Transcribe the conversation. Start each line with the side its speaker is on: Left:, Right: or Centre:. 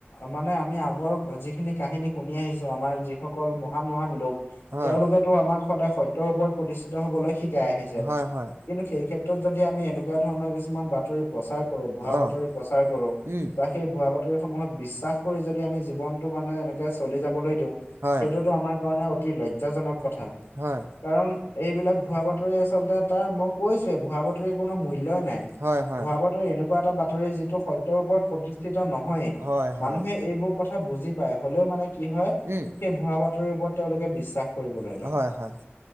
Left: মানে আমি আগৰ যিখিনি কাহিনী শুনি আহিছো, আমাৰ যি সকল মহান মহান লোক,
Right: হয়,
Left: তেওঁলোকেটো আমাক সদায় সত্যৰ ওপৰত প্ৰতিষ্ঠিত হবলৈ শিকাই আহি ছে
Right: হয়, হয়,
Left: কিন্তু সেই ক্ষেত্ৰত যদি আমি এনেকুৱা ধৰণৰ কিছুমান বাতৰি প্ৰচাৰ কৰো, ভুৱা
Right: অ',
Left: বাতৰি প্ৰচাৰ কৰো,
Right: উম।
Left: বা সেই ভুৱা বাতৰিসমূহত বিশ্বাস কৰি যদি আমি জীৱনটো মানে এনেকে চলি যাবলৈ দিওঁ,
Right: হয়,
Left: সেইটোতো আমাৰ কাৰণে অতি লজ্জাজনক কথা।
Right: হয়।
Left: কাৰণ এইবিলাক ভুৱা বাতৰি আচলতে তাৰ মখ ভুৱা বাতৰি কোনো মূল্যই নাই,
Right: হয়, হয়,
Left: ভুৱা বাতৰি এনেকুৱা এটা বাতৰি যিটো সত্য ওপৰত প্ৰতি স্থিত নহয়েই
Right: হয়,
Left: মানুহে
Right: হয়।
Left: এইবোৰ কথা বুজি পায় হলেও মানে কি হয়।
Right: উম!
Left: এই ভুৱা বাতৰি ওপৰত তেওঁলোকে বিশ্বাস কৰিবলৈ লয়
Right: হয় হয়